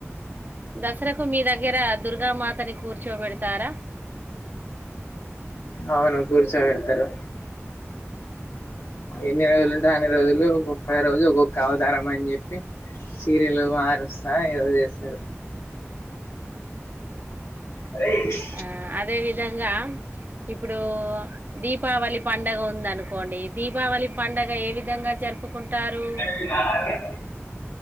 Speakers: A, on the right (about 40°); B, on the left (about 80°).
A: దసరాకు మీ దగ్గర దుర్గామాతని కూర్చోబెడతారా
B: అవును కూర్చోబెడతారు ఎన్ని రోజులు ఉంటా అన్ని రోజులు ఒక్కొక్క రోజు ఒక్కొక్క అవతారం అని చెప్పి చీరలు మారుస్తా ఏవో చేస్తారు అరెజ్
A: ఆ అదే విధంగా ఇప్పుడు దీపావళి పండగ ఉందనుకోండి దీపావళి పండగ ఏ విధంగా జరుపుకుంటారు
B: <unintelligible>